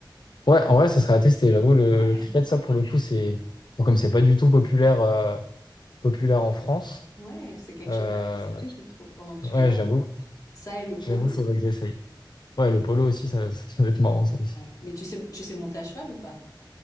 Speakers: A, on the left (about 65°); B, on the left (about 45°).
A: Ouais, en vrai, ça serait à tester. J'avoue, le,
B: Ouais.
A: le cricket, ça, pour le coup, c'est. Bon, Comme c'est pas du tout populaire, euh, populaire en France.
B: Ouais, c'est quelque
A: Euh,
B: chose à tester, je trouve, pendant que tu
A: ouais,
B: es là.
A: j'avoue.
B: Ça et le polo.
A: J'avoue, il faudrait que j'essaye. Ouais, le polo aussi, ça, <laughs> ça ça doit être marrant, ça aussi.
B: Ouais. Mais tu sais, tu sais monter à cheval ou pas?